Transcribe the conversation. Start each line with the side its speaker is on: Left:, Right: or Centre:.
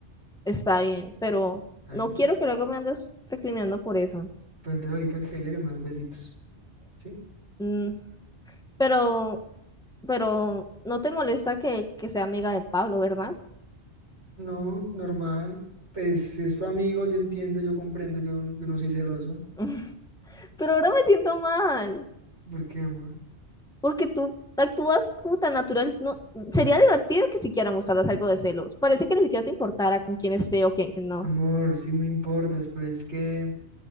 Centre: Está bien, pero
Right: ¿Está
Centre: no
Right: bien?
Centre: quiero que luego me andes recriminando por eso.
Right: Pues entonces ahorita que llegue me das besitos. ¿Sí?
Centre: Mm, pero, pero no te molesta que, que sea amiga de Pablo, ¿verdad?
Right: No, normal. Pues si es tu amigo, yo entiendo, yo comprendo, yo, no- yo no soy celoso.
Centre: <laughs> Pero ahora me siento mal.
Right: ¿Por qué, amor?
Centre: porque tú actúas como tan natural. No, sería divertido que siquiera mostraras algo de celos. Parece que ni siquiera te importara con quién esté o quién que no.
Right: Amor, sí me importas, pero es que